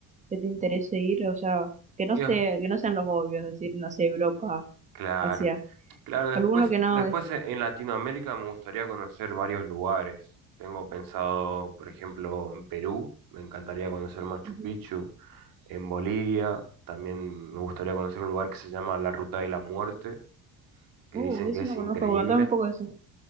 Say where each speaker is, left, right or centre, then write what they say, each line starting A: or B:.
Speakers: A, on the right; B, on the right.
A: que te interese ir? O sea, que no
B: Y
A: esté,
B: es-
A: que no sean los obvios, es decir, no sé, Europa,
B: Claro,
A: Asia.
B: claro, después,
A: Alguno que no.
B: después e- en Latinoamérica me gustaría conocer varios lugares. Tengo pensado, por ejemplo, en Perú, me encantaría conocer Machu
A: Ujú.
B: Picchu, en Bolivia, también me gustaría conocer un lugar que se llama la Ruta de la Muerte, que
A: Uh,
B: dicen
A: eso
B: que es
A: no
B: increíble.
A: conozco, contame un poco de eso.